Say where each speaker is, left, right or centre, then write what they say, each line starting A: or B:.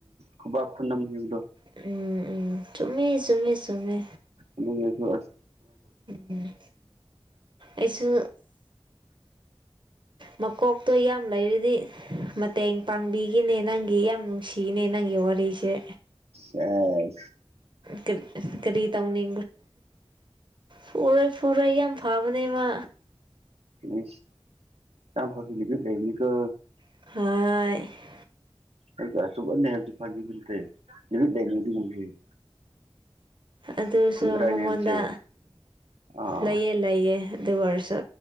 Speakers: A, on the right; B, on the right.
A: ꯈꯨꯕ ꯑꯟꯅ ꯃꯒꯗꯣ
B: ꯎꯝ ꯎꯝ ꯆꯨꯝꯃꯦ ꯆꯨꯝꯃꯦ ꯆꯨꯝꯃꯦ
A: ꯎꯝ ꯑꯗꯨ
B: ꯝ ꯑꯩꯁꯨ ꯃꯀꯣꯛꯇꯣ ꯌꯥꯝ ꯂꯩꯔꯤꯗꯤ ꯃꯇꯦꯡ ꯄꯥꯡꯕꯤꯈꯤꯅꯦ ꯅꯪꯒꯤ ꯌꯥꯝ ꯅꯨꯡꯁꯤꯅꯦ ꯅꯪꯒꯤ ꯋꯥꯔꯤꯁꯦ
A: ꯑ
B: ꯀ ꯀꯔꯤ ꯇꯅꯤ ꯄꯔꯦ ꯄꯨꯔ ꯑ ꯌꯥꯝ ꯐꯕꯅꯦ ꯃꯥ
A: ꯎ ꯌꯥꯝ ꯐꯁꯤ ꯂꯤꯒ ꯂꯩꯅꯤ ꯀ
B: ꯍ
A: ꯑꯗꯨ ꯑꯆ ꯑꯅꯤ ꯍꯥꯏꯕꯁꯨ ꯐꯪꯉꯤ ꯅꯠꯇꯦ ꯅꯨꯃꯤꯠ ꯂꯩꯅꯤꯡ
B: ꯑꯗꯨꯁꯨ
A: ꯆꯨꯝꯗ꯭ꯔꯥ ꯑꯩꯅ
B: ꯃꯉꯣꯟꯗ
A: ꯍꯥꯏꯕꯁꯦ ꯑꯥ
B: ꯂꯩꯌꯦ ꯂꯩꯌꯦ ꯑꯗꯨꯒ ꯑꯣꯏꯔꯁꯨ